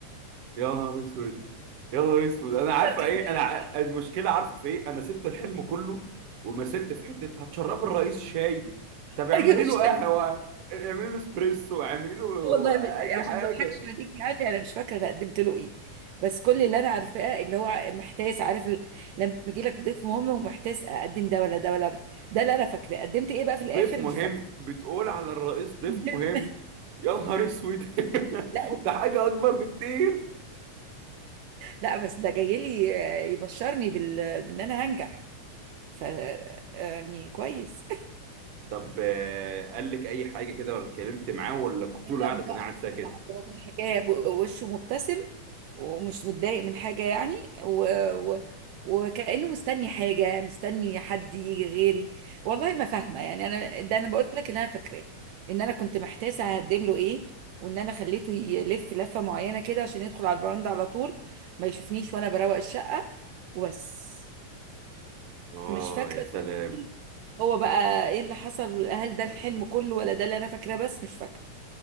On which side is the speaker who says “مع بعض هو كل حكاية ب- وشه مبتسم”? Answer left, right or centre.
Right